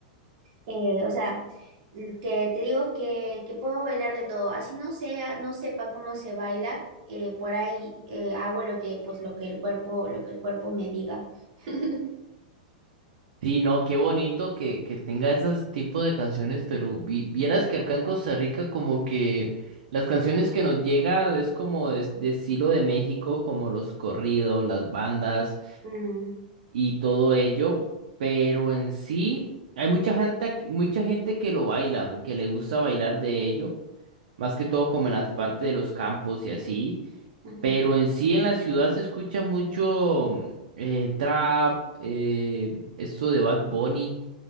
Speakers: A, on the right; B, on the right.
A: Eh, o sea, el que te digo es que, que puedo bailar de todo. Así no sea, no sepa cómo se baila, eh, por ahí eh, hago lo que, pues, lo que el cuerpo, lo que el cuerpo me diga. <laughs>
B: Sí, no, qué bonito que, que tenga esos tipos de canciones, pero vi- vieras que acá en Costa Rica como que las canciones que nos llega es como de, de estilo de México, como los corridos, las bandas
A: Mm,
B: y todo ello, pero en sí hay mucha gente, aquí- mucha gente que lo baila, que le gusta bailar de ello, más que todo como en las partes de los campos y así,
A: ujú.
B: pero en sí en la ciudad se escucha mucho mm, eh, trap, eh, esto de Bad Bunny